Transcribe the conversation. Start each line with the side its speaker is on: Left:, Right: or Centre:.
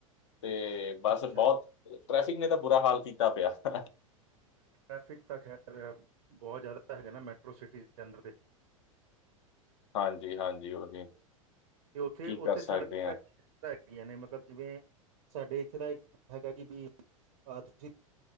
Left: ਤੇ ਬਸ
Right: ਅੱਛਾ
Left: ਬਹੁਤ ਟ੍ਰੈਫਿਕ ਨੇ ਤਾਂ ਬੁਰਾ ਹਾਲ ਕੀਤਾ ਪਿਆ, ਹਨਾ।
Right: ਟ੍ਰੈਫਿਕ ਤਾਂ ਖੈਰ। ਬਹੁਤ ਜ਼ਿਆਦਾ ਹੈਗੇ ਨਾ ਮੈਟਰੋ ਸਿਟੀ ਦੇ ਅੰਦਰ ਤੇ
Left: ਹਾਂਜੀ-ਹਾਂਜੀ, ਉਹੀ।
Right: ਤੇ ਉੱਥੇ
Left: ਕੀ ਕਰ
Right: ਉੱਥੇ
Left: ਸਕਦੇ
Right: ਸੜਕ
Left: ਆ
Right: ਹੈਗੀਆਂ ਨੇ ਮਤਲਬ ਜਿਵੇਂ ਸਾਡੇ ਇੱਥੇ ਦਾ ਹੈਗਾ ਕਿ ਵੀ ਅਹ ਤੁਸੀਂ <unintelligible>